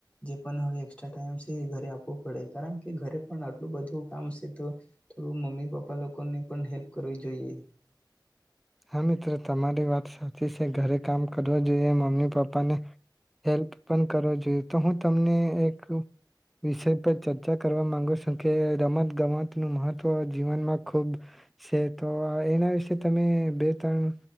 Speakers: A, on the left (about 15°); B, in the centre.
A: જે પણ હવે એસ્ટ્રા ટાઈમ સે એ ઘરે આપવો પડે કારણ કે ઘરે પણ આટલું બધું કામ છે તો થોડું મમ્મી પપ્પા લોકોને પણ હેલ્પ કરવી જોઈએ
B: હા, મિત્રો તમારી વાત સાચી છે ઘરે કામ કરવું જોઈએ મમ્મી પપ્પાને હેલ્પ પણ કરવો જોઈએ તો હું તમને એક વિષય પર ચર્ચા કરવા માગું છું કે રમત ગમતનું મહત્ત્વ જીવનમાં ખૂબ છે તો એના વિશે તમે બે-ત્રણ